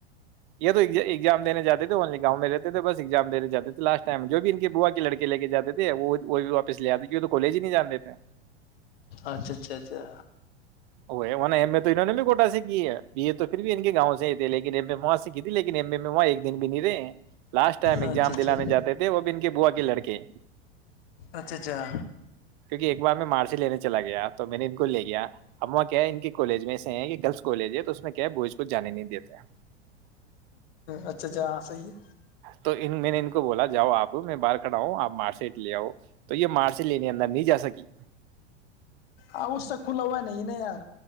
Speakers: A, on the right; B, on the left.
A: یہ تو ایگزام دینے جاتے تھے اونلی گاؤں رہتےے بس ایگزام دیاتے تھے لسٹم میں جو بھی ان کے وہوا لڑی لے کے جاتے تھے وہ وہ بھی واپس لے آتے تو کالج ہی نہیں جانتے تھے
B: اچھا اچھا اچھا
A: وہ میں تو انہوں نے بھی کوٹا سے کی ہے یہ یہ تو پھر بھی ان کے گاؤں سے ہی تھے لیکن وہاں سے کی لیکن ایم اے میں وہاں ایک د بھی نہیں رہے لاسٹ ٹائم ایزام
B: اچھا اچھا
A: دلانے
B: اچھا
A: جاتے تھے وہ بھی ان کے بوو کے لڑکے
B: اچھا
A: کیونکہ ایک بار میں مارچ چلا گیا تو میں نے ان کو لے گیا اا کیا ہے ان کے کالج میں ایسے ہیں کہ گرلس کالج ہے تو اس میں کیا ہے بوئز کو جانے نہیں دیتا
B: اچھا اچھا ہاں صحی ہے
A: تو ان میں نے ان بولا جاؤ آپ <unintelligible> میں باہر کھا ہوں آپ مار سٹ لے آؤ تو یہ مار سےٹ لینے اندر نہیں جا سکی
B: ا وہ اس سے کھلا ہوا نہیں نہیں یار